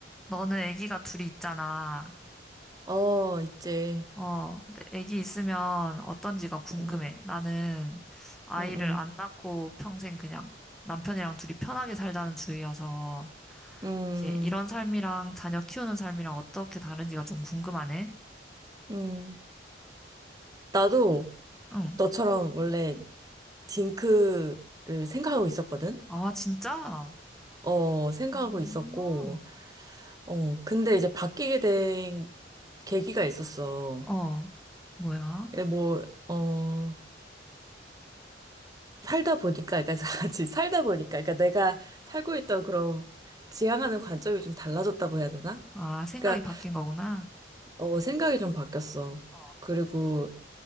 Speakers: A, in the centre; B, on the right.
A: 너는 아기가 둘이 있잖아.
B: 어, 있지.
A: 어, 근데 아기 있으면 어떤지가 궁금해.
B: 응,
A: 나는 아이를
B: 응, 응,
A: 안 낳고 평생 그냥 남편이랑 둘이 편하게 살자는 주의여서
B: 응,
A: 이게 이런 삶이랑 자녀 키우는 삶이랑 어떻게 다른지가 좀 궁금하네.
B: 응. 나도
A: 응.
B: 너처럼 원래 딩크를 생각하고 있었거든?
A: 아, 진짜?
B: 어, 생각하고
A: 어,
B: 있었고, 어, 근데 이제 바뀌게 된 계기가 있었어.
A: 어, 뭐야?
B: 이게 뭐, 어, 살다 보니까, 그러니까 <laughs> 같이 살다 보니까, 그러니까 내가 살고 있던 그런 지향하는 관점이 좀 달라졌다고 해야 되나?
A: 아, 생각이
B: 그러니까,
A: 바뀐 거구나.
B: 어, 생각이 좀 바뀌었어.
A: 어,
B: 그리고,